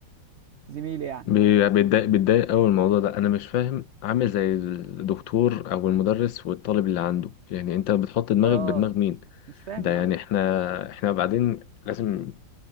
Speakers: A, on the right; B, on the left.
A: زميلي يعني
B: بي- بيتضايق بيتضايق قوي الموضوع ده انا مش فاهم عامل زي الدكتور او المدرس والطالب اللي عنده يعني انت بتحط دماغك
A: اه
B: بدماغ مين
A: مش فاهم
B: ده
A: يا
B: يعني
A: عم
B: احنا احنا بعدين لازم